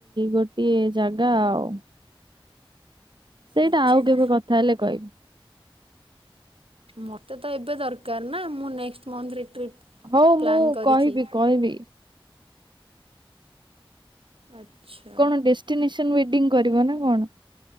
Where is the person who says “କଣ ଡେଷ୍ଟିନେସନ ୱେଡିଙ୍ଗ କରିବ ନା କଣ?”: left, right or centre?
Right